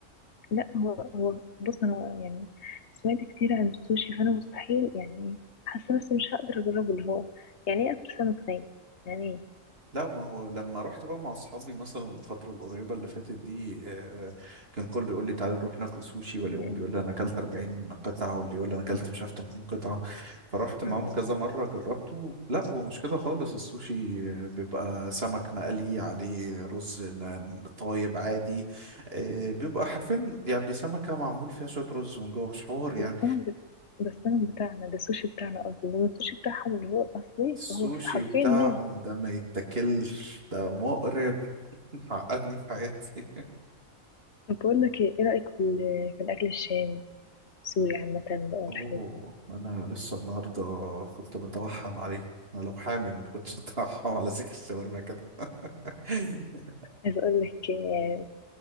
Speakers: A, on the left; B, on the right.
A: لا هو هو بص انا يعني سمعت كتير عن السوشي فانا مستحيل يعني حاسه نفسي مش هقدر اجربه اللي هو يعني ايه اكل سمك ني يعني ايه
B: لا ما هو لما رحت بقى مع اصحابي مثلا الفتره القريبه اللي فاتت دي آه، كان كله يقول لي تعالى نروح ناكل سوشي والاقيهم
A: أمم،
B: بيقول لي انا اكلت 40 قطعه واللي يقول لي انا اكلت مش عارف 80 قطعه فرحت معاهم
A: أمم،
B: كذا مره جربته لا هو مش كده خالص السوشي آه، بيبقى سمك مقلي عليه رز ن- طايب عادي آه، بيبقى حرفيا يعني سمكه معمول فيها شويه رز من جوه مش حوار يعني
A: ده السمك بت- ده السمك بتاعنا ده السوشي بتاعنا قصدي انما السوشي بتاعهم اللي هو الاصلي
B: السوشي
A: فهو حرفيا
B: بتاعهم
A: ني
B: ده ما يتاكلش ده مقرف <laughs> عقدني في حياتي
A: طب بقول لك ايه إيه رايك في ال- في الاكل الشامي السوري عامه بقى والحاجات
B: اوه
A: دي
B: انا لسه النهارده كنت بتوحم عليه انا لو حامل ما كنتش اتوحم على سيخ الشاورما كده <laughs>
A: عايز اقول لك آه،